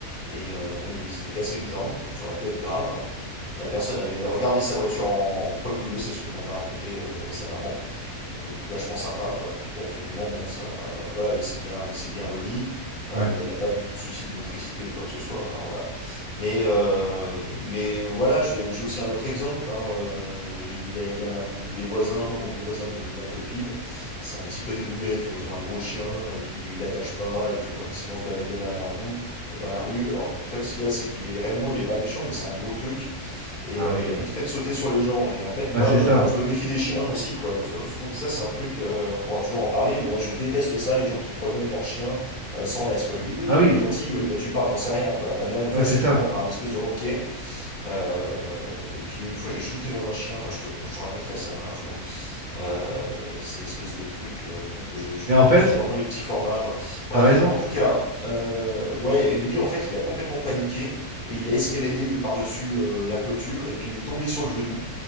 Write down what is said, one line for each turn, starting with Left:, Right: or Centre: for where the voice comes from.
Left: et euh, bon, il s'était cassé une jambe, donc ça aurait pu être grave. La personne avait regardé sa voiture en, en premier lieu, c'est ce que m'avait raconté euh, sa maman. Donc le truc vachement sympa, quoi. Et puis bon, finalement, bon, ça, euh, voilà, il s'est bien, il s'est bien remis. Euh,
Right: Ouais.
Left: il n'a pas du tout de soucis de motricité ou quoi que ce soit. Enfin voilà, mais, euh, mais voilà, j'ai j'ai aussi un autre exemple. hein, euh, il a- il y a un- les voisins, bon, les voisins de ma copine, c'est un petit peu des boulets, tu vois. Ils ont un gros chien et puis ils l'attachent pas et tu le vois facilement se balader dans la roue, dans la rue. Alors en fait, ce qu'il y a, c'est qu'il est réellement, il est pas méchant, mais c'est un gros truc. Et
Right: Ah
Left: euh,
Right: oui.
Left: il a vite fait de sauter sur les gens. Et en fait, moi,
Right: Ah c'est
Left: euh,
Right: ça.
Left: moi je me méfie des chiens aussi, quoi. Je, je trouve que ça, c'est un truc, euh, on pourra toujours en parler, mais moi, je déteste ça, les gens qui promènent leurs chiens euh, sans laisse, quoi. Il dit, oui,
Right: Ah
Left: oui,
Right: oui.
Left: il est gentil, oui, bah tu parles, t'en sais rien, quoi. Ma mère, une
Right: Ouais,
Left: fois,
Right: c'est
Left: s'est
Right: ça.
Left: fait mordre par un espèce de roquet. Euh, et puis, une fois, j'ai shooté dans un chien. Enfin, je te, je te raconterai ça hein, un jour. Euh, c'est une espèce de truc euh, bon, que je, je-
Right: Mais en fait,
Left: tu vraiment les petits formats. quoi. Bref,
Right: t'as raison.
Left: en tout cas, euh, ouais, et lui en fait il a complètement paniqué et il a escaladé de- par-dessus euh, la clôture et puis il est tombé sur le genou.